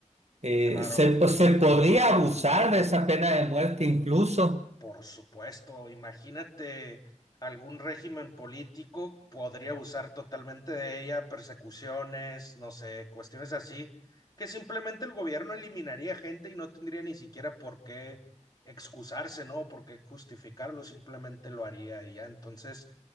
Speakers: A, on the right; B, on the left.
A: eh,
B: Claro.
A: se, pues, se podría abusar de esa pena de muerte incluso.
B: Por supuesto, imagínate algún régimen político podría usar totalmente de ella, persecuciones, no sé, cuestiones así, que simplemente el gobierno eliminaría gente y no tendría ni siquiera por qué excusarse, ¿no? Por qué justificarlo, simplemente lo haría y ya. Entonces,